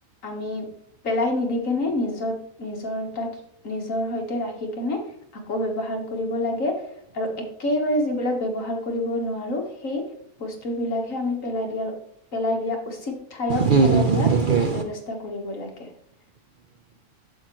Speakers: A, on the left; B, on the right.
A: আমি, পেলাই নিদি কেনে নিজৰ নিজৰ তাক নিজৰ সৈতে ৰাখি কেনে আকৌ ব্যৱহাৰ কৰিব লাগে আৰু একেবাৰে যিবিলাক ব্যৱহাৰ কৰিব নোৱাৰো সেই বস্তুবিলাকহে আমি পেলাই দিয়াৰ পেলাই দিয়া উচিত ঠাইত
B: হুম
A: পেলাই
B: হুম
A: দিয়া
B: সেইটোৱে
A: ব্যৱস্থা কৰিব লাগে। <inaudible>